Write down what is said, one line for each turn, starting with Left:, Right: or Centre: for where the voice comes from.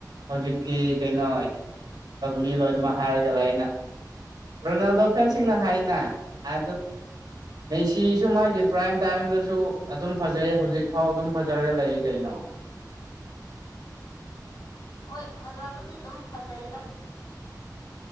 Right: ꯍꯧꯖꯤꯛꯀꯤ ꯀꯩꯅꯣ ꯃꯤ ꯂꯣꯏꯃ ꯍꯔꯒꯂꯥꯏ ꯔꯣꯅꯥꯜꯗꯣ ꯐꯦꯟꯁꯤꯡꯅ ꯍꯥꯏꯅ ꯑ ꯁꯤꯁꯨ ꯃꯥꯒꯤ ꯄ꯭ꯔꯥꯏꯝ ꯇꯥꯏꯝꯗꯁꯨ ꯑꯗꯨꯝ ꯐꯖꯩ ꯍꯧꯖꯤꯛ ꯐꯥꯎ ꯑꯗꯨꯝ ꯐꯖꯔꯒ ꯂꯩꯔꯤ ꯀꯩꯅꯣ
Left: ꯍꯣꯏ ꯐꯖꯕꯨꯗꯤ ꯑꯗꯨꯝ ꯐꯖꯩꯌꯦꯗ